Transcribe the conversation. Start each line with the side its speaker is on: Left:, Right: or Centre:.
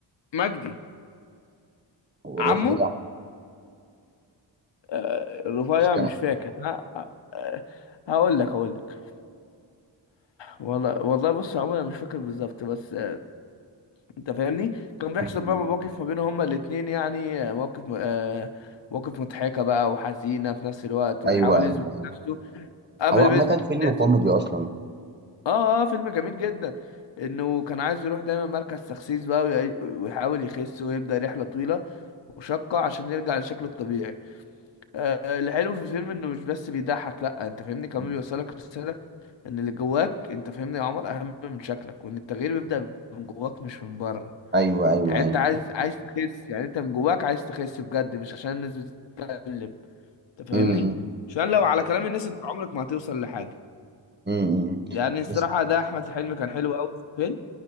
Left: مجدي
Right: والرفيع
Left: عمه آه، رفيع
Right: مش
Left: مش فاكر ها آه، هقول لك هقول لك والله والله بص يا عمر انا مش فاكر بالظبط بس آه، انت فاهمني كان بيحصل
Right: كان
Left: بقى مواقف ما بينهم هما الاتنين يعني آه، مواقف م- آه، مواقف مضحكة بقى وحزينة في نفس الوقت وبيحاول
Right: ايوه ايوه
Left: يثبت
Right: ايوه
Left: نفسه قبل
Right: هو عامة
Left: ما يثبت
Right: فيلم
Left: للناس
Right: كوميدي اصلا
Left: اه اه فيلم جميل جدا انه كان عايز يروح دايما مركز تخسيس بقى وي- ويحاول يخس ويبدأ رحلة طويلة وشاقة عشان يرجع لشكله الطبيعي آه، الحلو في الفيلم انه مش بس بيضحك لا انت فاهمني كمان
Right: مم.
Left: بيوصلك رسالة ان اللي جواك انت فاهمني يا عمر اهم من شكلك وان التغيير بيبدأ من جواك مش من بره
Right: ايوه ايوه
Left: يعني انت
Right: ايوه
Left: عايز عايز تخس يعني انت من جواك عايز تخس بجد مش عشان الناس بتتكلم انت فاهمني
Right: امم
Left: عشان لو على كلام الناس انت عمرك ما هتوصل لحاجة
Right: امم
Left: يعني الصراحة
Right: بس
Left: ده احمد حلمي كان حلو قوي في الفيلم